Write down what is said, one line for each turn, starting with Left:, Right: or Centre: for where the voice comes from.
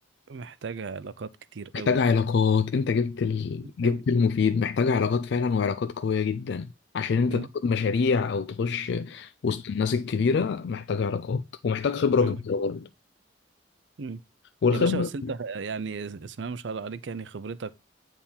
Right: محتاجة علاقات كتير
Left: محتاج
Right: قوي
Left: علاقات انت جبت ال... جبت
Right: قوي
Left: المفيد محتاج علاقات فعلا وعلاقات قوية جدا عشان انت
Right: مم،
Left: تاخد مشاريع او تخش وسط الناس الكبيرة محتاج علاقات ومحتاج خبرة
Right: مم،
Left: كبيرة برضه
Right: مم.
Left: والخبرة
Right: يا باشا بس انت يعني اسمها ما شاء الله عليك يعني خبرتك